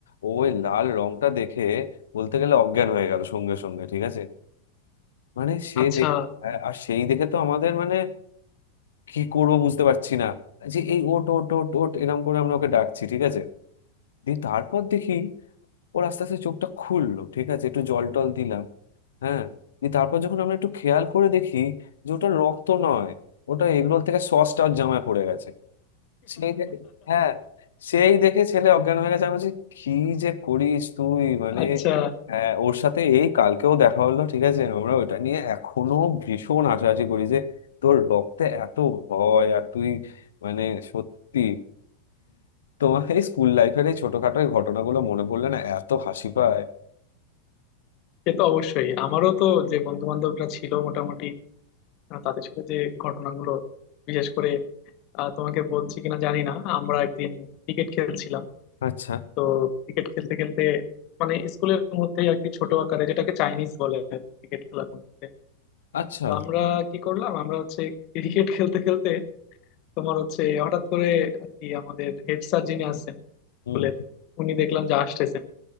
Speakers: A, on the left; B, on the left.
A: ও ওই লাল রংটা দেখে বলতে গেলে অজ্ঞান হয়ে গেল সঙ্গে সঙ্গে ঠিক আছে মানে সে
B: আচ্ছা
A: দেখে আ- আর সেই দেখে তো আমাদের মানে কি করব বুঝতে পারছি না যে এই ওট ওট ওট ওট এরকম করে আমরা ওকে ডাকছি ঠিক আছে দিয়ে তারপর দেখি ওর আস্তে আস্তে চোখটা খুললো ঠিক আছে একটু জল টল দিলাম হ্যাঁ দিয়ে তারপর যখন আমরা একটু খেয়াল করে দেখি যে ওটা রক্ত নয় ওটা এগরোল থেকে সসটা ওর জামায় পড়ে গেছে সেই দেখে হ্যাঁ সেই দেখে ছেলে অজ্ঞান হয়ে গেছে আমি বলছি কি যে করিস তুই মানে
B: আচ্ছা
A: হ্যাঁ ওর সাথে এই কালকেও দেখা হলো ঠিক আছে আমরা ওটা নিয়ে এখনো ভীষণ হাসাহাসি করি যে তোর রক্তে এত ভয় আর তুই মানে সত্যি তোমার এই স্কুল লাইফের এই ছোটখাটো এই ঘটনাগুলো মনে পড়লে না এত হাসি পায়
B: সে তো অবশ্যই আমারও তো যে বন্ধু বান্ধবরা ছিল মোটামুটি আহ, তাদের সাথে যে ঘটনাগুলো বিশেষ করে আহ, তোমাকে বলছি কিনা জানি না আমরা একদিন ক্রিকেট খেলছিলাম
A: আচ্ছা
B: তো ক্রিকেট খেলতে খেলতে মানে স্কুলের মধ্যে আর কি ছোট আকারে যেটাকে চাইনিজ বলে ক্রিকেট খেলার মধ্যে
A: আচ্ছা
B: তো আমরা কি করলাম আমরা হচ্ছে ক্রিকেট খেলতে খেলতে তোমার হচ্ছে হঠাৎ করে আর কি আমাদের হেড স্যার যিনি আসছেন স্কুলের
A: হুম
B: উনি দেখলাম যে আসতেছেন